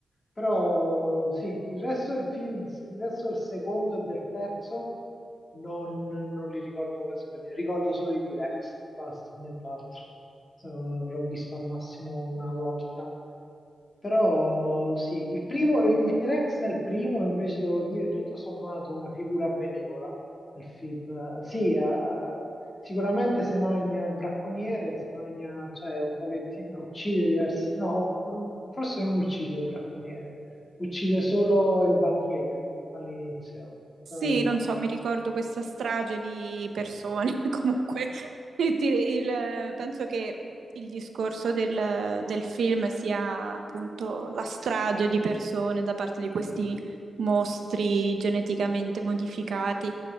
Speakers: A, on the left; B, on the right.
A: Però sì, il resto del film, il resto del secondo e del terzo non, non li ricordo quasi per niente. Ricordo solo i T-Rex, basta, nient'altro. Eh, L'avrò visto al massimo una volta. Però sì, il primo, il T-Rex del primo invece devo dire tutto sommato una figura benevola nel film. Sì, eh, sicuramente se magna il bracconiere, se magna, cioè un pochettino, uccide diversi, no, o- o forse non uccide il bracconiere, uccide solo il banchiere all'inizio,
B: Sì,
A: se non sbaglio.
B: non so, mi ricordo questa strage di persone, <laughs> comunque il- il- penso che il discorso del, del film sia appunto la strage di persone da parte di questi mostri geneticamente modificati.